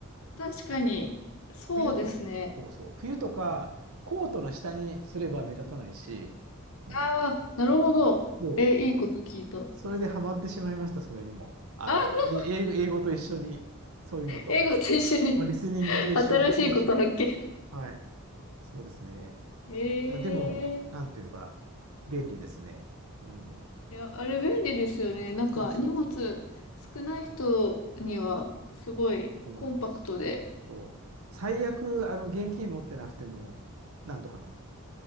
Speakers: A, on the left; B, on the right.
A: 確かに。
B: うん
A: そうですね。
B: 冬と、そうそう、冬とかコートの下にすれば目立たないし、うん、
A: ああ、なるほど。
B: そう、
A: え、いいこと聞いた。
B: それでハマってしまいました、それにも。あの、
A: あ、<laughs>
B: え英語、英語と一緒に、そういうのと、
A: 英語と一緒に
B: まあリスニングと一緒にポーチも、
A: 新しいこと発見。
B: はい、そうですね。
A: ええ
B: いや、でも、なんていうか、便利ですね。うん。
A: いや、あれ便利ですよね。なんか荷物
B: そうそうそう。
A: 少ない人にはすごいコンパクトで。
B: と思います。そう。最悪、
A: う
B: あの、現金持ってなくても、なんとかなる。